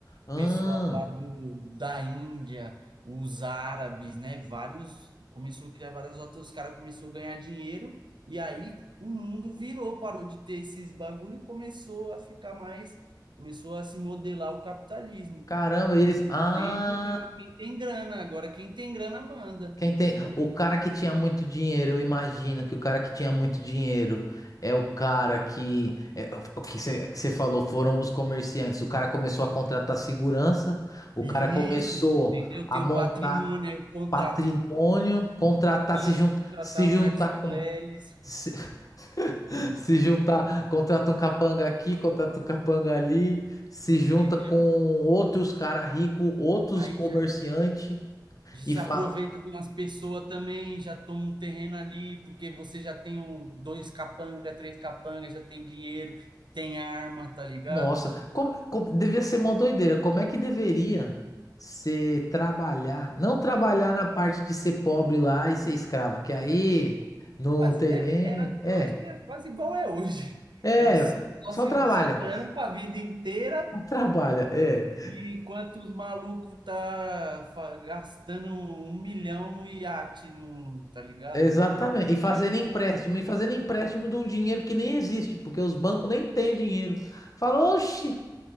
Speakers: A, on the left; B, on the right.
A: Ah,
B: pessoal lá do, da Índia, os árabes, né? Vários começou a criar várias rotas, os caras começou a ganhar dinheiro e aí o mundo virou, parou de ter esses bagulho, e começou a ficar mais, começou a se modelar o capitalismo.
A: caramba,
B: Aí
A: eles.
B: o
A: Ah,
B: centro virou quem tem grana, agora quem tem grana manda,
A: quem tem.
B: né?
A: O cara que tinha muito dinheiro, eu imagino que o cara que tinha muito dinheiro é o cara que. é, o que você falou foram os comerciantes. O cara começou a contratar segurança, o
B: Isso,
A: cara começou
B: entendeu?
A: a
B: Tem
A: montar
B: o patrimônio, aí eu contrato
A: patrimônio, contratar,
B: um capanga,
A: se, jun-
B: vou contratar
A: se
B: o
A: juntar
B: Márcio
A: com.
B: Leles,
A: Se, <laughs> Se juntar, contrata um capanga aqui, contrata um capanga ali, se junta
B: entendeu?
A: com outros cara rico, outros
B: Aí
A: comerciante
B: já, Já
A: e
B: se
A: fala:
B: aproveita de umas pessoas também, já toma um terreno ali, porque você já tem um, dois capanga, três capanga, já tem dinheiro, tem arma, tá ligado?
A: Nossa, como, como- devia ser uma doideira. Como é que deveria ser trabalhar? Não trabalhar na parte de ser pobre lá e ser escravo, que aí não
B: Quase
A: tem
B: deve,
A: nem.
B: era,
A: É,
B: eu acho que era quase igual é hoje. <laughs>
A: é,
B: Nós só
A: só
B: se
A: trabalha,
B: só trampa a vida inteira
A: só trabalha. É,
B: e enquanto os malucos tá fa- gastando um milhão no iate, no, tá ligado?
A: Exatamente.
B: Voando de
A: E fazendo
B: iate.
A: empréstimo, e fazendo empréstimo de um dinheiro que nem existe, porque os bancos nem têm o dinheiro. Fala, oxi!